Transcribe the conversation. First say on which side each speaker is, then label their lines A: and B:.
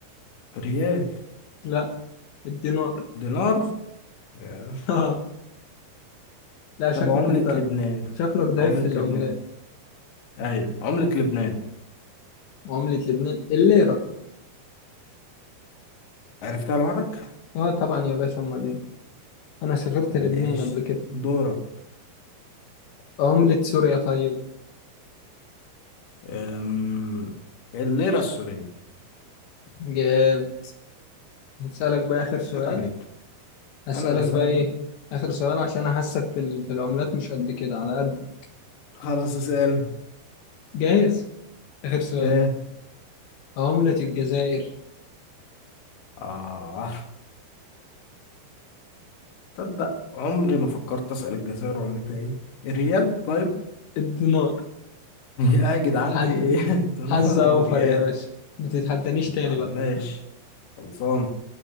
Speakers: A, on the left; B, on the left.
A: ريال
B: لا الدينار <laughs>
A: دينار آه.
B: اه لا شكلك
A: طب عملة
B: انت
A: لبنان
B: شكلك ضعيف
A: عملة
B: في العملات
A: لبنان ايوه عملة لبنان
B: عملة لبنان الليرة
A: عرفتها لوحدك
B: اه طبعا يا باشا امال ايه انا سافرت لبنان
A: ماشي
B: قبل كده
A: دورك
B: عملة سوريا طيب
A: أم... الليرة السورية
B: جاب هسألك بقى آخر سؤال
A: جد عليك
B: أسألك
A: انا اللي سألك
B: بقى إيه
A: بقى
B: آخر سؤال عشان أحسك في ال- في العملات مش قد كده على قد
A: خلاص اسأل
B: جاهز آخر سؤال
A: جاه
B: عملة الجزائر
A: اه تصدق عمري ما فكرت اسأل الجزائر عملتها ايه الريال طيب
B: الدينار
A: يا جدعان
B: حز
A: في ايه <laughs> دينار
B: حظ أوفر
A: وريال
B: يا باشا ما تتحدانيش تاني
A: عم
B: بقى
A: ماشي خلصان